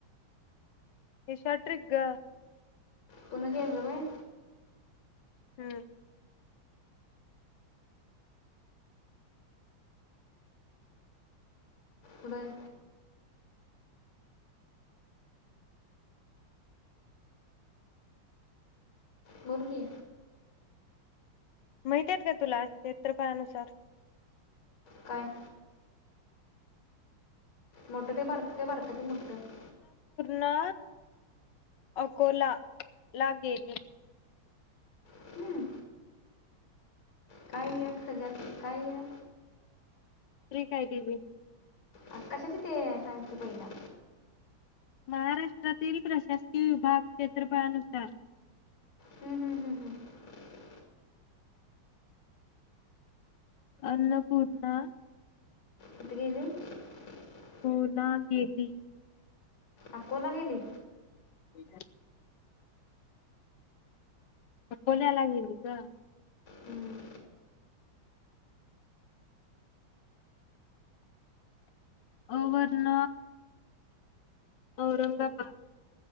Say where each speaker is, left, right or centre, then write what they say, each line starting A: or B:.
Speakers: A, on the left; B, on the left.
A: हेशा ट्रिग ग.
B: कून घवलग.
A: हम्म.
B: बर. मुर्गी.
A: महितेत. का <unintelligible> तुला क्षेत्रफळानुसार.
B: काय? मोठे ते बारक ते बारक. कधी मुडग.
A: ना अकोला ला गेली.
B: हम्म, काय य सजा काय य.
A: फ्री कायतिवी.
B: अ कशाची ते सांगते पहिला.
A: महाराष्ट्रातील प्रशासकीय विभाग क्षेत्रफळानुसार.
B: हम्म हम्म हम्म हम्म.
A: अन्नपूर्णा.
B: कती गेली. ह <inaudible>
A: होला गेल्ली
B: अकोला गेली
A: <unintelligible> अकोला ला गेली ग
B: हम्म
A: अवरण औरंगाबाद